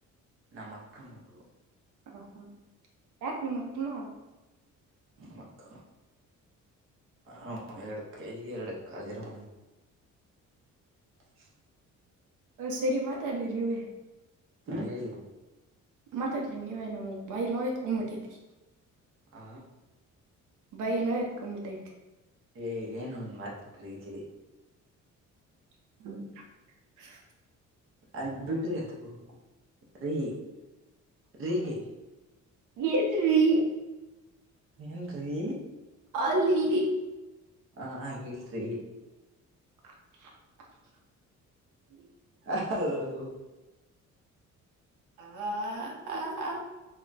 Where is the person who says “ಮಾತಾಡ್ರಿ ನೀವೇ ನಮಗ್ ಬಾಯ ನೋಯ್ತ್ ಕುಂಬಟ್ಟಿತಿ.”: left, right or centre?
Right